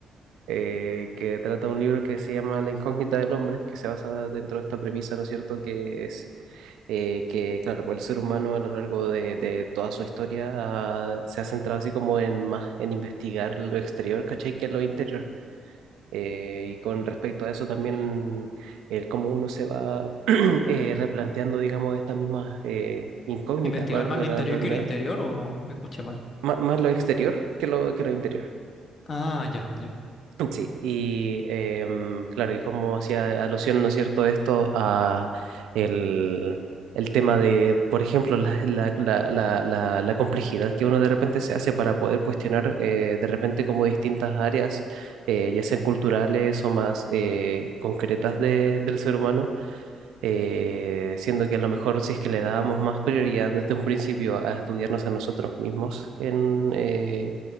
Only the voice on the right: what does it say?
eh, que trata un libro que se llama La incógnita del hombre, que se basa dentro de esta premisa, ¿no es cierto?, que es eh, que, claro, pues el ser humano a lo largo de, de toda su historia ah, se ha centrado así como en más en investigar lo exterior, ¿cachai? que lo interior. Eh, y con respecto a eso también, el cómo uno se va <clears throat> eh, replanteando, digamos, estas mismas eh, incógnitas,
valga
la
redunda-
ma- más, lo exterior que lo, que lo interior.
Sí, y em, claro, y como hacía alusión, ¿no es cierto?, esto a el, el tema de, por ejemplo, la, la- la- la- la- la complejidad que uno de repente se hace para poder cuestionar eh, de repente como distintas áreas, eh, ya sean culturales o más eh, concretas de- del ser humano eh, siendo que a lo mejor si es que le dábamos más prioridad desde un principio a estudiarnos a nosotros mismos, en, eh,